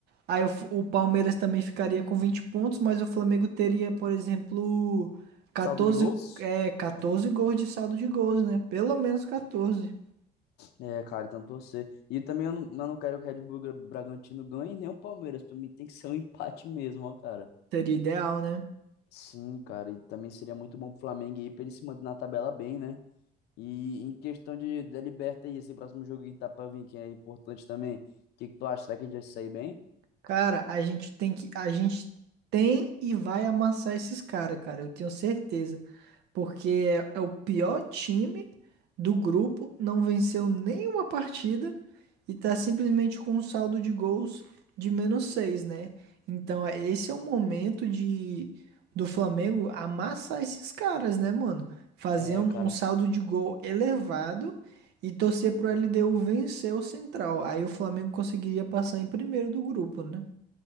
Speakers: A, on the right (about 65°); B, on the left (about 65°).
A: Aí o, F- o Palmeiras também ficaria com 20 pontos, mas o Flamengo teria, por exemplo, catorze
B: Saldo de gols?
A: é, 14 gols de saldo de gols, né? Pelo menos catorze
B: É, cara, então torcer. E também eu não, eu não quero que o Red Bull Bragantino ganhe nem o Palmeiras. Pra mim tem que ser um empate mesmo, ó, cara.
A: Seria ideal, né?
B: Sim, cara. E também seria muito bom pro Flamengo aí pra ele se manter na tabela bem, né? E em questão de da Liberta aí, esse próximo jogo que tá pra vir, que é importante também. O que que tu acha? Será que a gente vai sair bem?
A: Cara, a gente tem que, a gente tem e vai amassar esses caras, cara, eu tenho certeza. Porque é, é o pior time do grupo, não venceu nenhuma partida e tá simplesmente com um saldo de gols de menos seis, né? Então, é- esse é o momento de do Flamengo amassar esses caras, né, mano? Fazer
B: É,
A: um,
B: cara.
A: um saldo de gol elevado e torcer pro LDU vencer o Central. Aí o Flamengo conseguiria passar em primeiro do grupo, né?